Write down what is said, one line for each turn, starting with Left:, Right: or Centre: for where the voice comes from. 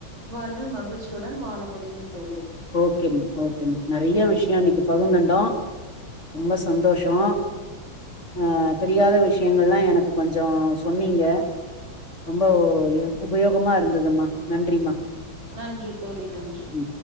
Right: வாழ்வில் மகிழ்ச்சியுடன் வாழ முடியும் தோழி
Left: ஓகேமா ஓகேமா நறைய விஷயோ இன்னைக்கு பகந்துண்டோ ரொம்ப சந்தோஷோ அ தெரியாத விஷயங்கள்லா எனக்கு கொஞ்சோ சொன்னீங்க ரொம்ப உபயோகமா இருந்ததும்மா நன்றிம்மா
Right: நன்றி தோழி நன்றி
Left: ம்